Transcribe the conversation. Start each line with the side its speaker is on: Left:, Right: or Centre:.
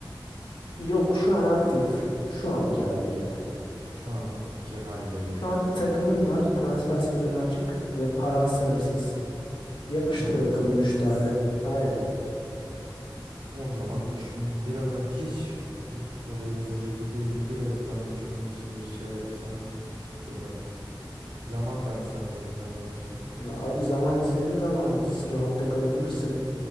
Left: Yok şu an aktif. Şu anki halleriyle.
Right: Şu anki halleri.
Left: Şu an takımın var. Transfer sezonu açık ve paran sınırsız. Yapıştır
Right: Param
Left: bakalım
Right: sınırsız.
Left: 3 tane. Aynen.
Right: O zaman düşün biraz ama hiç bu soruya hazırlıklı değilim. Biraz bana düşünmek için bir şey yapsan fikir ver. Zaman tanısan diyeyim daha doğrusu.
Left: Ya abi zaman senin zamanın. Rahatta kalabilirsin.